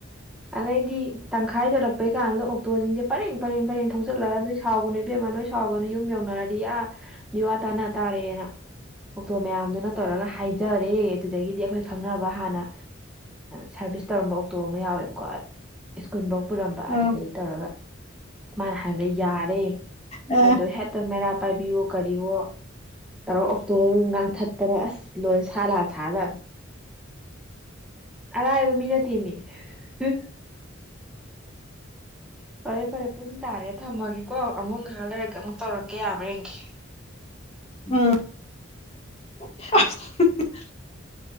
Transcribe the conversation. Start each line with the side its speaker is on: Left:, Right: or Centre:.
Centre: ꯑꯗꯩꯗꯤ ꯇꯪꯈꯥꯏꯗꯂꯛꯄꯩ ꯀꯥꯟꯗ ꯑꯣꯛꯇꯣꯁꯤꯡꯁꯦ ꯄꯔꯦꯡ ꯄꯔꯦꯡ ꯄꯔꯦꯡ ꯊꯧꯆꯜꯂꯒ ꯅꯣꯏ ꯁꯥꯎꯒꯅ ꯏꯕꯦꯝꯃ ꯅꯣꯏ ꯁꯥꯎꯒꯅ ꯌꯨꯝ ꯌꯧꯅꯔꯔꯤ ꯑꯥ ꯋꯥ ꯇꯥꯅ ꯇꯥꯔ ꯀꯦꯅ ꯑꯣꯛꯇꯣ ꯃꯌꯥꯝꯗꯨꯅ ꯇꯧꯔꯒ ꯍꯥꯏꯖꯔꯦ ꯑꯗꯨꯗꯒꯤꯗꯤ ꯑꯩꯈꯣꯏ ꯈꯪꯅꯕ ꯍꯥꯟꯅ ꯁꯔꯚꯤꯁ ꯇꯧꯔꯝꯕ ꯑꯣꯛꯇꯣ ꯑꯃ ꯌꯥꯎꯋꯦꯕꯀꯣ ꯏꯁꯀꯨꯟꯕ ꯄꯨꯔꯝꯕ
Left: ꯎꯝ
Centre: ꯑꯗꯨꯗꯩ ꯇꯧꯔꯒ ꯃꯥꯅ ꯍꯥꯏꯕꯗ ꯌꯥꯔꯦ
Left: ꯑ
Centre: ꯑꯗꯣ ꯍꯦꯛꯇ ꯃꯦꯔꯥ ꯄꯥꯏꯕꯤꯌꯣ ꯀꯔꯤꯌꯣ ꯇꯔꯥ ꯑꯣꯛꯇꯣꯕ ꯉꯥꯡꯊꯠꯇꯅ ꯑꯁ ꯂꯣꯏ ꯁꯥ ꯂꯥꯟ ꯁꯥꯖꯥꯟ ꯑꯔꯥꯏꯕ ꯃꯤꯅ ꯇꯦꯝꯃꯤ ꯎ ꯐꯔꯦ ꯐꯔꯦ ꯄꯨꯡ ꯇꯥꯔꯦ ꯊꯝꯃꯒꯦꯀꯣ ꯑꯃꯨꯛ ꯉꯍꯥꯟ ꯂꯩꯔꯒ ꯑꯃꯨꯛ ꯇꯧꯔꯛꯀꯦ ꯃꯔꯦꯡꯈꯤ
Left: ꯎꯝ <unintelligible>